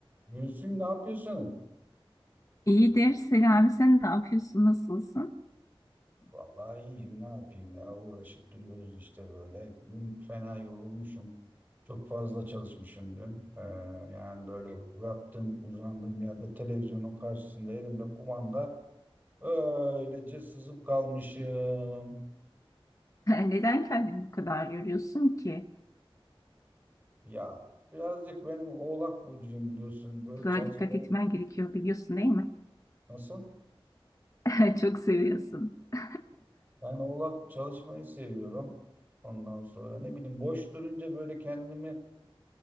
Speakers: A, on the right; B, on the left.
A: Gülsüm ne yapıyorsun?
B: İyidir. Selami sen ne yapıyorsun? Nasılsın? <laughs>
A: Vallahi iyiyim ne yapayım ya uğraşıp duruyoruz işte böyle. Dün fena yorulmuşum. Çok fazla çalışmışım dün. Ee, yani böyle yattığım uzandığım yerde televizyonun karşısında elimde kumanda öylece sızıp kalmışım.
B: Neden kendini bu kadar yoruyorsun ki?
A: Ya birazcık benim Oğlak burcuyum biliyorsun. Böyle
B: Daha
A: çalışmayı
B: dikkat etmen gerekiyor biliyorsun değil mi?
A: nasıl?
B: <laughs> Çok seviyorsun. <laughs>
A: Ben Oğlak çalışmayı seviyorum. Ondan sonra ne bileyim boş durunca böyle kendimi